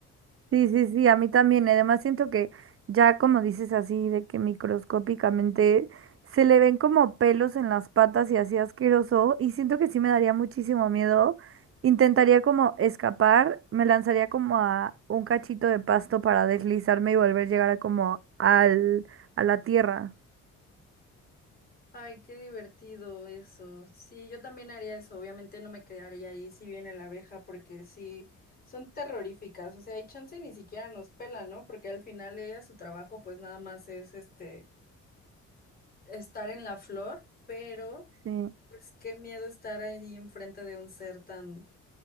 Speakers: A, on the right (about 45°); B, on the left (about 30°).
A: Sí, sí, sí, a mí también. Además, siento que ya como dices así, de que microscópicamente se le ven como pelos en las patas y así asqueroso, y siento que sí me daría muchísimo miedo. Intentaría como escapar, me lanzaría como a un cachito de pasto para deslizarme y volver a llegar a como al, a la tierra.
B: Ay, qué divertido eso. Sí, yo también haría eso. Obviamente no me quedaría ahí si viene la abeja, porque sí, son terroríficas. O sea, hay chance ni siquiera nos pelan, ¿no? Porque al final ella, su trabajo, pues nada más es este. estar en la flor, pero
A: Sí.
B: pues qué miedo estar ahí enfrente de un ser tan,